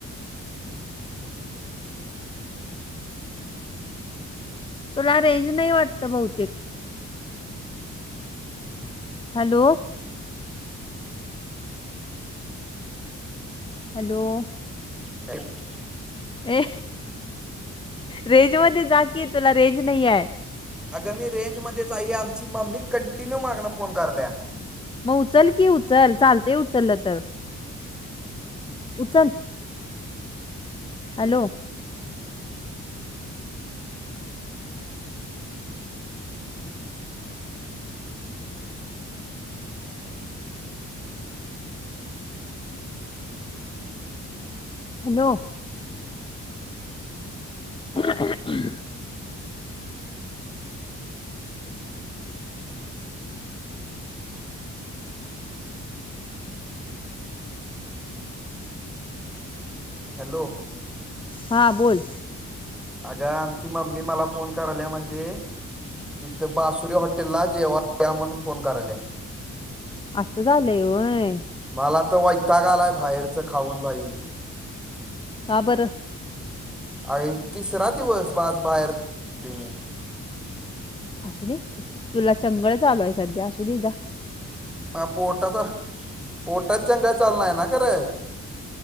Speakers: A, on the left (about 15°); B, in the centre.
A: तुला रेंज नाही वाटतं बहुतेक. हॅलो. हॅलो.
B: <unintelligible>
A: ए रेंज मध्ये जा की तुला रेंज नाही आय.
B: अगं मी रेंज मध्येच आहे ही आमची मम्मी कंटिन्यू मागणं फोन करल्या.
A: मग उचल की उचल चालतेय उचल तर. उचल हॅलो. हॅलो. <inaudible>
B: हॅलो.
A: हां बोल.
B: आगं आमची मम्मी मला फोन कराल्या म्हंजे तिथं बासुरी हॉटेलला जेवा या म्हणून फोन कराल्या.
A: आसं झालंय होय?
B: मला तर वैताग आलाय बाहेरचं खाऊन भाई.
A: का बरं?
B: ऐ तिसरा दिवस आज बाहेर तोय मी
A: असू दे तुला चंगळ चालू आहे सध्या असू दे जा.
B: अ पोटात पोटात चंगळ चाल नाही ना खरं